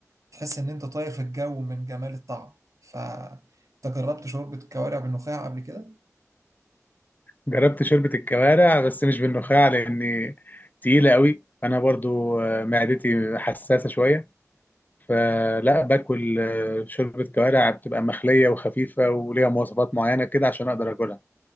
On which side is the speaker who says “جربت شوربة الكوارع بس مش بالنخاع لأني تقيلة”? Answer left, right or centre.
Left